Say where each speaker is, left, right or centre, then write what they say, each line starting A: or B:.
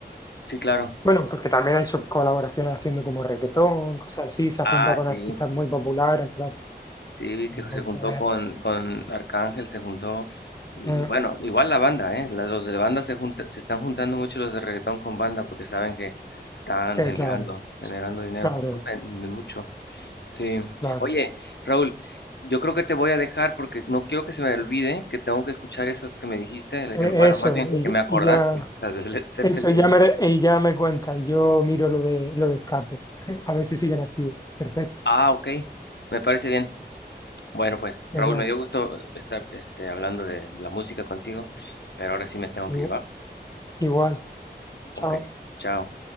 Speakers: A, on the left (about 75°); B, on the left (about 20°).
A: Sí, claro.
B: Bueno, porque también ha hecho colaboraciones haciendo como reggaetón, cosas así, se
A: Ah,
B: ha juntado con
A: sí.
B: artistas muy populares, claro.
A: Sí, vi que
B: Entonces,
A: se juntó con, con Arcángel, se juntó, y
B: eh,
A: bueno, igual la banda, ¿eh? La- los de banda se junta, se están juntando mucho los de reggaetón con banda porque saben que están
B: Sí,
A: generando,
B: claro,
A: generando dinero,
B: claro,
A: porque venden mucho. Sí.
B: claro.
A: Oye, Raúl, yo creo que te voy a dejar porque no quiero que se me olvide que tengo que escuchar esas que me dijiste, la
B: E-
A: que- bueno,
B: Eso,
A: más bien
B: y,
A: que me acordaste,
B: y ya,
A: las de Led Zeppelin.
B: eso ya me, y ya me cuenta, y yo miro lo de, lo de escape, <laughs> a ver si siguen activos. Perfecto,
A: Ah, ok, me parece bien. Bueno, pues Raúl,
B: genial,
A: me dio gusto estar este, hablando de la música contigo, pero ahora sí me tengo
B: Igu-
A: que ir, ¿va?
B: igual, chao.
A: Ok, chao.